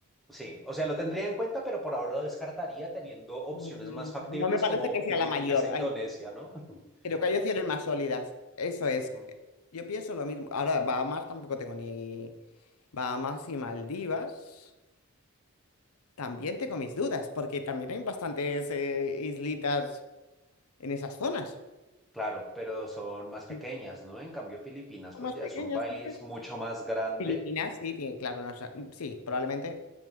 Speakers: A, in the centre; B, on the left.
A: Sí, o sea, lo tendría en cuenta, pero por ahora lo descartaría teniendo opciones
B: Mm,
A: más factibles
B: No me parece
A: como
B: que sea
A: Filipinas
B: la mayor.
A: e Indonesia,
B: Hay-
A: ¿no? <laughs>
B: creo que hay opciones más sólidas. Eso es.
A: Ujú.
B: Yo pienso lo mismo. Ahora, Bahamas tampoco tengo ni... Bahamas y Maldivas. También tengo mis dudas, porque también hay bastantes eh, islitas en esas zonas.
A: Claro, pero son más pequeñas,
B: Sí.
A: ¿no? En cambio, Filipinas
B: Son
A: pues
B: más
A: ya
B: pequeñas,
A: es un país
B: ¿no crees?
A: mucho más grande
B: Filipinas, sí, tiene, claro, no sé, sí, probablemente